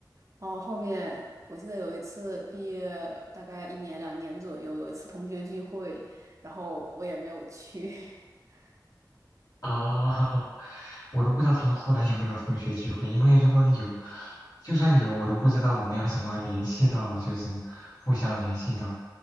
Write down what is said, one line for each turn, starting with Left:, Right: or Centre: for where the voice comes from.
Right: 然后后面我记得有一次毕业大概一年两年左右，有一次同学聚会，然后我也没有去。<laughs>
Left: 啊，<laughs> 我都不知道他们后来有没有同学聚会，因为如果有，就算有，我都不知道我们要怎么联系到，就是互相联系到，